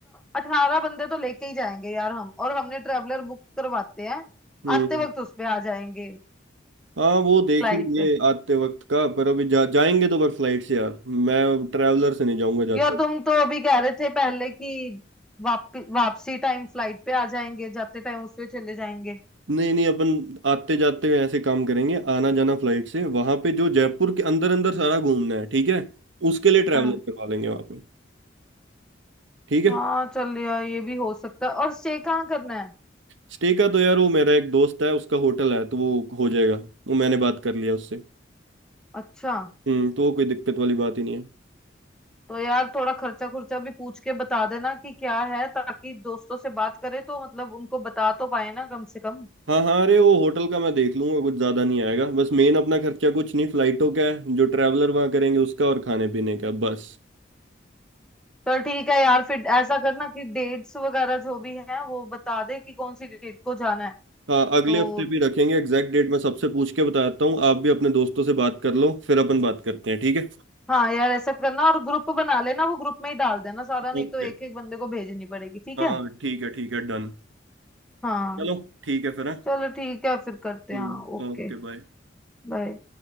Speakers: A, in the centre; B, on the right.
A: अठारह बंदे तो लेके ही जाएंगे यार हम और हमने ट्रेवलर बुक करवाते हैं
B: हम्म
A: आते वक्त उस पे आ जाएंगे
B: हाँ वो देख
A: फ्लाइट
B: लेंगे
A: पे
B: आते वक्त का पर अभी जा, जाएंगे तो पर फ्लाइट से यार मैं ट्रैवलर से नहीं जाऊंगा जाते
A: यार
B: वक्त।
A: तुम तो अभी कह रहे थे पहले कि वाप, वापसी टाइम फ्लाइट पे आ जाएंगे जाते टाइम उस पे चले जाएंगे
B: नहीं नहीं अपन आते जाते हुए ऐसे काम करेंगे आना जाना फ्लाइट से वहां पे जो जयपुर के अंदर अंदर सारा घूमना है ठीक है उसके लिए ट्रैवलर
A: हाँ
B: करवा लेंगे वहां पे ठीक है
A: हाँ चल यार ये भी हो सकता है और स्टे कहाँ करना है
B: स्टे का तो यार वो मेरा एक दोस्त है उसका होटल है तो वो हो जाएगा वो मैंने बात कर लिया उससे
A: अच्छा
B: हम्म तो वो कोई दिक्कत वाली बात ही नहीं है
A: तो यार थोड़ा खर्चा खुर्चा भी पूछ के बता देना कि क्या है ताकि दोस्तों से बात करे तो मतलब उनको बता तो पाए ना कम से कम
B: हाँ हाँ अरे वो होटल का मैं देख लूंगा कुछ ज्यादा नहीं आएगा बस मेन अपना खर्चा कुछ नहीं फ्लाइटों का है जो ट्रैवलर वहाँ करेंगे उसका और खाने पीने का बस
A: चल ठीक है यार फिर ऐसा करना कि डेट्स वगैरह जो भी है वो बता दे कि कौन सी डेट को जाना है
B: हाँ अगले
A: तो
B: हफ्ते भी रखेंगे एग्जैक्ट डेट मैं सबसे पूछ के बताता हूँ आप भी अपने दोस्तों से बात कर लो फिर अपन बात करते हैं ठीक है
A: हाँ यार ऐसा करना और ग्रुप बना लेना वो ग्रुप में ही डाल देना सारा नहीं
B: ओके
A: तो एक एक बंदे को भेजनी पड़ेगी ठीक
B: हाँ
A: है
B: ठीक है ठीक है डन
A: हाँ
B: चलो ठीक है फिर हाँ?
A: चलो ठीक है फिर करते
B: हम्म
A: हैं हाँ ओके
B: ओके बाय
A: बाय